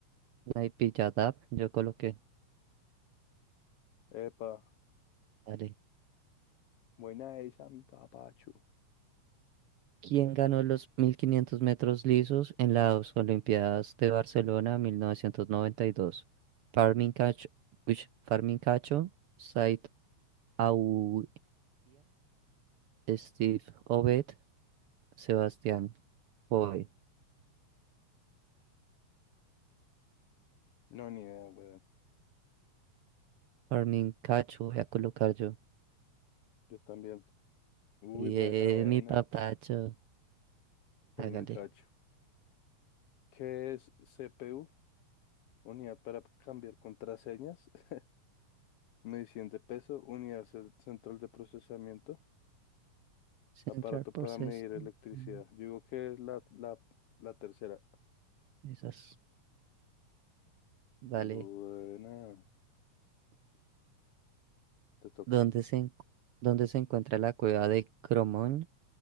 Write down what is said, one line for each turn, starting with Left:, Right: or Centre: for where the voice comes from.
Right: Naipilladav. Yo coloqué.
Left: Epa,
Right: Dale.
Left: buena esa, mi papacho.
Right: ¿Quién ganó los 1500 metros lisos en las Olimpiadas de Barcelona 1992? Farmin Cacho, uish, Farmin Cacho, Said Aoudia, Steve Obed, Sebastián Coe.
Left: No, ni idea, weón.
Right: Farmin Cacho, voy a colocar yo.
Left: Yo también. Uy,
Right: Bien,
Left: buena, buena.
Right: mi papacho.
Left: Fermín
Right: Hágale.
Left: Cacho. ¿Qué es CPU? Unidad para cambiar contraseñas. <laughs> Medición de peso. Unidad cel- central de procesamiento.
Right: Central
Left: Aparato para
Right: Processing.
Left: medir electricidad.
Right: mm,
Left: Yo digo que es la, la, la tercera.
Right: Esas. Vale.
Left: Buena. Te toca.
Right: ¿Dónde se, en- dónde se encuentra la cueva de Cromón,